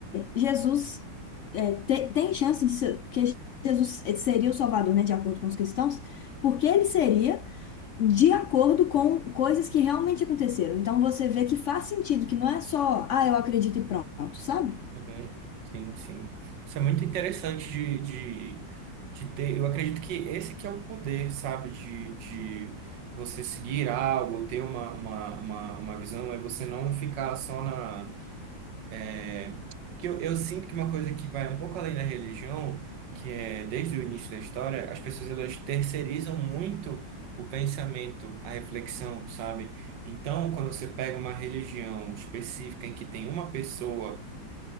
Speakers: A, on the left; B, on the right.
A: Jesus é, te- tem chance de ser, porque Jesus seria o Salvador, né, de acordo com os cristãos, porque ele seria de acordo com coisas que realmente aconteceram. Então você vê que faz sentido, que não é só, ah, eu acredito e pronto, sabe?
B: Uhum, Sim, sim. Isso é muito interessante de, de, de ter. Eu acredito que esse que é o poder, sabe? De, de você seguir algo, ter uma, uma, uma, uma visão, é você não ficar só na. É... Que eu, eu sinto que uma coisa que vai um pouco além da religião, que é desde o início da história, as pessoas elas terceirizam muito o pensamento, a reflexão, sabe? Então, quando você pega uma religião específica em que tem uma pessoa